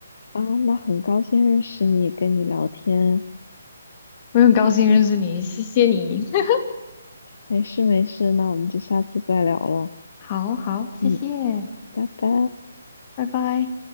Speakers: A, on the left (about 55°); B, on the left (about 30°).
A: 啊，那很高兴认识你，跟你聊天。
B: 我很高兴认识你，谢谢你。<laughs>
A: 没事没事，那我们就下次再聊了。
B: 好好，谢谢，
A: 嗯，拜拜。
B: 拜拜。